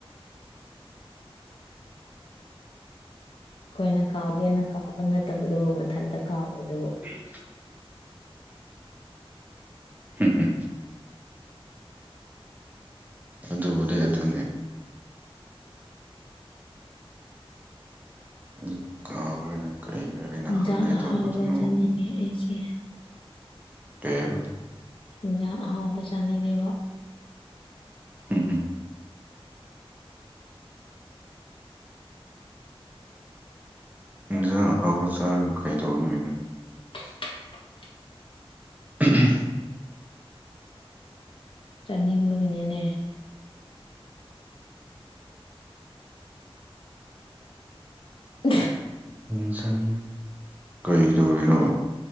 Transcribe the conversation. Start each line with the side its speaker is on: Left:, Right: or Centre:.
Left: ꯑꯩꯈꯣꯏꯅ ꯀꯥꯎꯒꯦꯅ ꯀꯥꯎꯕ ꯅꯠꯇꯕꯗꯣ ꯃꯊꯟꯇ ꯀꯥꯎꯕꯗꯣ꯫
Right: ꯍꯝ ꯍꯝ ꯑꯗꯨꯕꯨꯗꯤ ꯑꯗꯨꯅꯤ ꯏ ꯀꯥꯎꯔꯦꯅꯦ ꯀꯔꯤꯔ ꯑꯩꯅ
Left: ꯍꯤꯟꯖꯥꯡ
Right: ꯍꯪꯒꯦ
Left: ꯑꯍꯥꯎꯕ
Right: ꯇꯧꯕꯗꯨ ꯅꯉꯣꯟ
Left: ꯆꯥꯅꯤꯡꯉꯦ ꯑꯩꯁꯦ
Right: ꯀꯩꯕ
Left: ꯍꯤꯟꯖꯥꯡ ꯑꯍꯥꯎꯕ ꯆꯥꯅꯤꯡꯉꯦꯕ
Right: ꯍꯝ ꯍꯝ ꯏꯟꯖꯥꯡ ꯑꯍꯥꯎꯕ ꯆꯥꯔꯒ ꯀꯩꯗꯧꯒꯅꯤꯗ
Left: <inaudible>
Right: ꯎꯝ ꯍꯝ
Left: ꯆꯥꯅꯤꯡꯕꯒꯤꯅꯤꯅꯦ <inaudible>
Right: ꯎꯟꯁꯪ ꯀꯩ ꯗꯧꯔꯤꯅꯣ